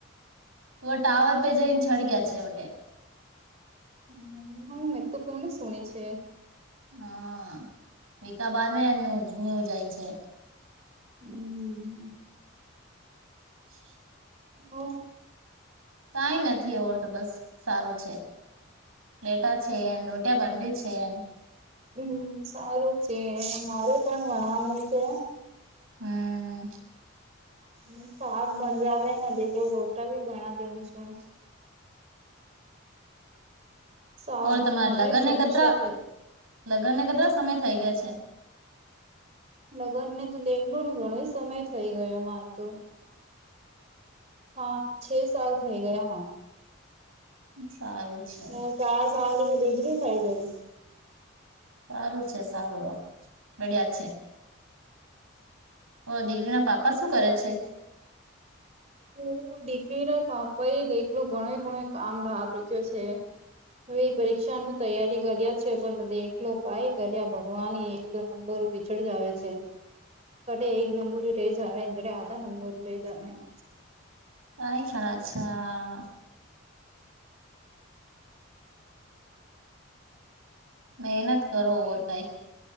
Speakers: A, on the right (about 90°); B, on the right (about 30°).
A: ત ટાાવર પે જે છડી છેટે
B: હ હ મેં તો કોને શણી છે
A: હા વિકા બાદ એ ઘુમ્યું જાય છે
B: હમ
A: <inaudible>
B: હ
A: કંઈ નથી એવો તો બસ સારું છે બેલેટા છે એન રોટિયા બનતી છેન
B: હમ સારું છે મારું પણ વણવણું છે
A: હમ
B: હ શાક ભણજાવે નથી દ ક રોટા ભી ભણ દેઉં છું શાક
A: ઓર તમારે
B: નું ઘણો
A: લગ્નને
B: સમસ્યા
A: કદરા
B: થઈ
A: લગ્નને કતરા સમય થઈ ગયા છે
B: લગ્ન ને તો દેખલ ને ઘણો સમય થઈ ગયો માર તો હા છે સાલ થઇ ગયા હ
A: સારું છે
B: હ ચાર સાવાડી બીજરી થાય ર
A: સારું છે સારું બડિયાદ છે ઓ દીકરી ના પાપા શું કરે છે
B: હું દીકરી ર પાપાઈ દેખલો ઘણો ગુણ કામ ઢાબ ર્યો છે. હવે એ પરીક્ષા ન તૈયારી કર્યા છે. પણ દેખલો કઈ કર્યા ભગવાન એયુધ નંબરભી પાછળ જ આવે છે. તો એક નંબર રે જ આવે તો આધા નંબર રે જ આવે. <inaudible>
A: કઈ ખરા છા. મહેનત કરો ઔર કાઇ.